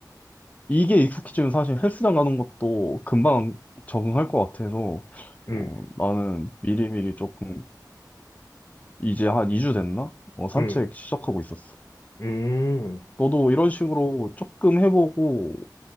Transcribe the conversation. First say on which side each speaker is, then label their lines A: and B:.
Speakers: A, on the left; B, on the left.
A: 이게 익숙해지면 사실 헬스장 가는 것도 금방 적응할 것 같아서,
B: 응,
A: 어, 나는 미리미리 조금, 이제 한 2주 됐나? 어, 산책
B: 응,
A: 시작하고 있었어.
B: 음,
A: 너도 이런 식으로 조금 해보고